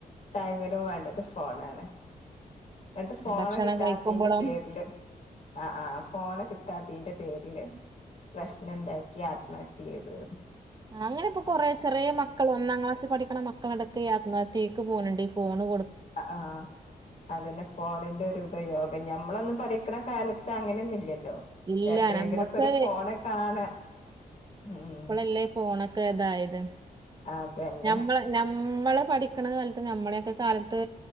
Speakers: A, on the left; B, on the right.
A: ടൈമിലും വേണ്ടത് ഫോണാണ് എന്നിട്ട് ഫോണ്
B: ഭക്ഷണം
A: കിട്ടാത്തന്റെ
B: കഴിക്കുമ്പോളും
A: പേരില് ആ ആ ഫോൺ കിട്ടാത്തീന്റെ പേരില് പ്രശ്നണ്ടാക്കി നടത്തിയത്
B: അങ്ങനെപ്പൊ കൊറേ ചെറിയ മക്കൾ ഒന്നാം ക്ലാസ്സി പഠിക്ക മക്കളടക്കം ആത്മഹത്തീക്ക് പോകണ്ടണ്ട്ഈ ഫോണ്ടു
A: ആഹ് അതന്നെ ഫോണിന്റെ ഒരു ഉപയോഗം ഞമ്മളൊന്ന് പഠിക്കണ കാലത്ത് അങ്ങനെയൊന്ന ഇല്ലല്ലോ
B: ഇല്ല
A: എപ്പോങ്കിലുംക്കെ
B: നമ്മക്ക്
A: ഒരു ഫോണ് കാണ ഉം
B: ഇപ്പോളല്ലേ ഫോണൊക്കെ ഇതായത്
A: അതന്നെ
B: നമ്മളെ നമ്മള് പഠിക്കണ കാലത്ത് നമ്മളൊക്കെ കാലത്ത്